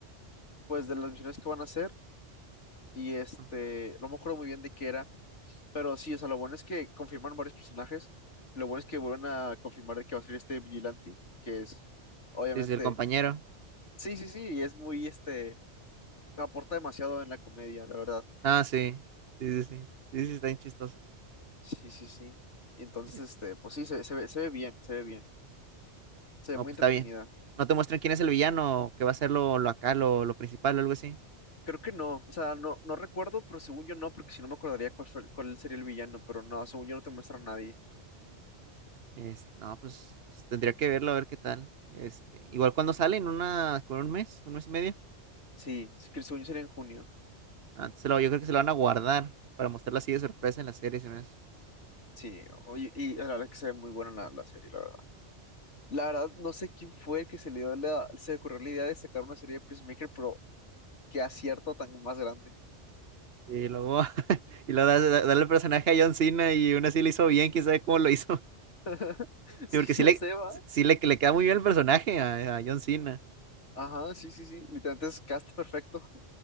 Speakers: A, on the left; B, on the right.
A: pues, de las misiones que van a hacer, y este,
B: ¿No?
A: no me acuerdo muy bien de qué era, Pero sí, o sea, lo bueno es que confirman varios personajes. Lo bueno es que vuelven a confirmar de que va a salir este Vigilante, que es, obviamente,
B: Dice el compañero.
A: sí, sí, sí, y es muy, este, aporta demasiado en la comedia, la verdad.
B: Ah, sí. Sí, sí, sí. Sí, sí, está bien chistoso.
A: Sí, sí, sí. Y entonces,
B: Es-
A: este, pues sí, se, se ve, se ve bien, se ve bien, se ve
B: No,
A: muy
B: pues
A: entretenida.
B: está bien. No te muestran quién es el villano, que va a ser lo, lo acá, lo, lo principal o algo así.
A: Creo que no, o sea, no, no recuerdo, pero según yo no, porque si no me acordaría cuál, fue- cuál sería el villano, pero no, según yo no te muestra a nadie.
B: Este, no, pues, pues tendría que verlo a ver qué tal. Este, igual cuando sale en una, con un mes, un mes y medio.
A: Sí, sí, que según yo sería en junio.
B: Antes se lo- yo creo que se lo van a guardar para mostrarlo así de sorpresa en la serie, se me hace.
A: Sí, oye, y la verdad es que se ve muy buena la la serie, la verdad. La verdad, no sé quién fue el que se le dio la, se le ocurrió la idea de sacar una serie de Peacemaker, pero qué acierto tan más grande.
B: Y luego, <laughs> y luego da- da- darle el personaje a John Cena y aún así lo hizo bien, quién sabe cómo lo hizo. <laughs>
A: <laughs> Sí,
B: Sí, porque sí
A: ya
B: le,
A: se va.
B: sí le, le queda muy bien el personaje a, a John Cena.
A: Ajá, sí, sí, sí. Literalmente es cast perfecto.